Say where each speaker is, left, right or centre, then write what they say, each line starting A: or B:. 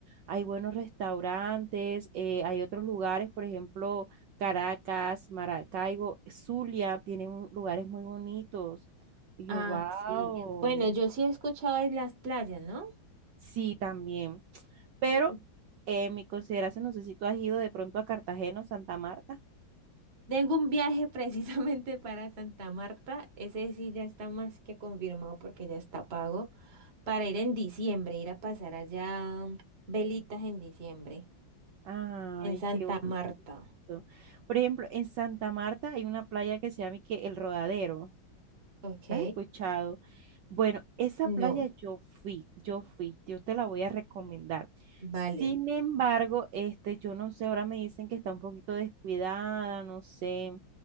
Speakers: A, on the right (about 70°); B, on the right (about 40°).
A: hay buenos restaurantes, eh, hay otros lugares, por ejemplo, Caracas, Maracaibo, Zulia, tienen lugares muy bonitos. Y
B: Ah,
A: yo, wow,
B: sí. Bueno, yo sí he escuchado de las playas, ¿no?
A: sí, también. Pero
B: Mm.
A: eh, en mi consideración, no sé si tú has ido de pronto a Cartagena o Santa Marta.
B: Tengo un viaje <laughs> precisamente para Santa Marta. Ese sí ya está más que confirmado porque ya está pago para ir en diciembre, ir a pasar allá mm, velitas en diciembre.
A: Ay,
B: En Santa
A: qué bonito.
B: Marta.
A: Por ejemplo, en Santa Marta hay una playa que se llama y que El Rodadero.
B: Ok.
A: ¿La has escuchado? Bueno, esa playa
B: No,
A: yo fui, yo fui, yo te la voy a recomendar.
B: vale.
A: Sin embargo, este, yo no sé, ahora me dicen que está un poquito descuidada, no sé.